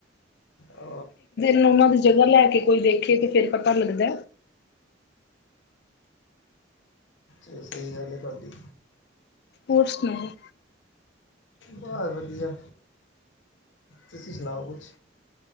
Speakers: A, on the left; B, on the left.
A: ਆ
B: ਨ ਉਹਨਾਂ ਦੀ ਜਗ੍ਹਾ ਲੈ ਕੇ ਕੋਈ ਦੇਖ ਦੇਖੇ ਤੇ ਫੇਰ ਪਤਾ ਲੱਗਦਾ।
A: ਇਹ ਸਹੀ ਗੱਲ ਹੈ ਤੁਹਾਡੀ
B: ਹੋਰ ਸੁਣਾਓ?
A: ਬਸ ਵਧੀਆ ਤੁਸੀਂ ਸੁਣਾਉ ਕੁਛ?